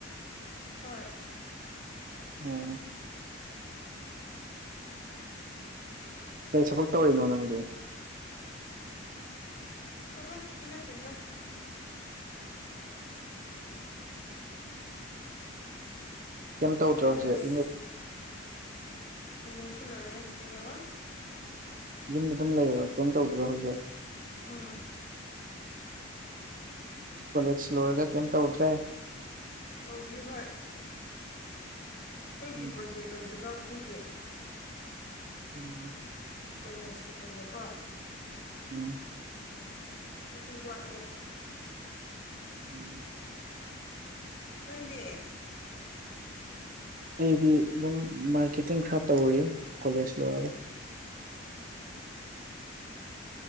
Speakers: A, on the left (about 35°); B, on the right (about 40°).
A: ꯍꯣꯏ
B: ꯑꯣꯝ ꯀꯩ ꯁꯕꯛ ꯇꯧꯔꯤꯅꯣ ꯅꯪꯗꯤ
A: ꯊꯕꯛꯀꯤ ꯅꯠꯇꯦꯗ
B: ꯀꯩꯝ ꯇꯧꯗ꯭ꯔꯣ
A: ꯀꯣꯂꯦꯖ
B: ꯍꯧꯖꯤꯛ
A: ꯑꯗꯨꯂꯁꯨ ꯂꯣꯏꯔꯦ ꯀꯩ ꯍꯥꯏꯕ
B: ꯌꯨꯝꯗ ꯑꯗꯨꯝ ꯂꯩꯔꯣ ꯀꯩꯝ ꯇꯧꯗꯣꯏꯣ ꯍꯧꯖꯤꯛ
A: ꯎꯝ
B: ꯀꯣꯂꯦꯖ ꯂꯣꯏꯔꯒ ꯀꯩꯝ ꯇꯧꯗ꯭ꯔꯦ
A: ꯇꯧꯗ꯭ꯔꯤ ꯍꯣꯏ ꯑꯩꯈꯣꯏꯒꯤ
B: ꯎꯝ
A: ꯄ꯭ꯔꯣꯖꯦꯛ ꯂꯣꯏꯔꯤꯕ ꯑꯗꯨꯒꯤ
B: ꯎꯝ
A: ꯀꯣꯂꯦꯖꯀꯤ ꯄ꯭ꯔꯣꯖꯦꯛ ꯀꯣ
B: ꯎꯝ
A: ꯑꯗꯨ ꯋꯥꯠꯂꯦ
B: ꯎꯝ
A: ꯅꯪꯗꯤ
B: ꯑꯩꯗꯤ ꯑꯗꯨꯝ ꯃꯥꯔꯀꯦꯇꯤꯡ ꯈꯔ ꯇꯧꯔꯤ ꯀꯣꯂꯦꯖ ꯂꯣꯏꯔꯒ